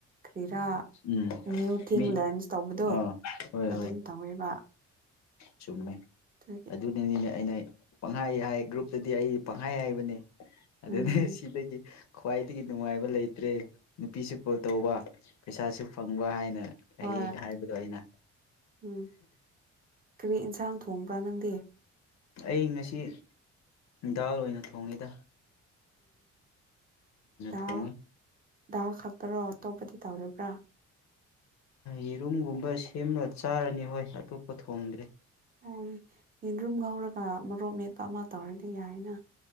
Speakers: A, on the right (about 30°); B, on the left (about 65°).
A: ꯔꯤꯔꯥ
B: ꯎꯝ
A: ꯅ꯭ꯌꯨ ꯊꯤꯡ
B: ꯃꯤ
A: ꯂꯔꯟꯁ ꯇꯧꯕꯗꯣ
B: ꯑꯥ ꯍꯣꯏ
A: ꯑꯗꯨꯝ
B: ꯍꯣꯏ
A: ꯇꯧꯋꯦꯕ
B: ꯆꯨꯝꯃꯦ
A: ꯑꯗꯨꯒꯤ
B: ꯑꯗꯨꯅꯅꯤꯅꯦ ꯑꯩꯅ ꯄꯪꯍꯥꯏ ꯍꯥꯏ ꯒ꯭ꯔꯨꯞꯇꯗꯤ ꯑꯩꯗꯤ ꯄꯪꯍꯥꯏ ꯍꯥꯏꯕꯅꯦ ꯑꯗꯨꯅ
A: ꯎꯝ
B: ꯁꯤꯗꯒꯤ ꯈ꯭ꯋꯥꯏꯗꯒꯤ ꯅꯨꯡꯉꯥꯏꯕ ꯂꯩꯇ꯭ꯔꯦ ꯅꯨꯄꯤꯁꯤ ꯀꯣꯜ ꯇꯧꯕ ꯄꯩꯁꯥꯁꯨ ꯐꯪꯕ ꯍꯥꯏꯅ
A: ꯍꯣꯏ
B: ꯍꯦꯛ ꯍꯥꯏꯕꯗꯣ ꯑꯩꯅ
A: ꯎꯝ ꯀꯔꯤ ꯏꯟꯁꯥꯡ ꯊꯣꯡꯕ꯭ꯔꯥ ꯅꯪꯗꯤ
B: ꯑꯩ ꯉꯁꯤ ꯗꯥꯜ ꯑꯣꯏꯅ ꯊꯣꯡꯉꯦꯗ
A: ꯍ
B: ꯊꯣꯡꯉꯤ
A: ꯈꯇꯔ ꯑꯇꯣꯞꯄꯗꯤ ꯇꯧꯔꯕ꯭ꯔꯥ
B: ꯌꯦꯔꯨꯝꯒꯨꯝꯕ ꯁꯦꯝꯂ ꯆꯥꯔꯅꯤ ꯍꯣꯏ ꯑꯇꯣꯞꯄ ꯊꯣꯡꯗ꯭ꯔꯦ
A: ꯑꯣ ꯌꯦꯟꯗ꯭ꯔꯨꯝ ꯉꯧꯔꯒ ꯃꯔꯣꯛ ꯃꯦꯠꯄ ꯑꯃ ꯇꯧꯔꯗꯤ ꯌꯥꯏꯅ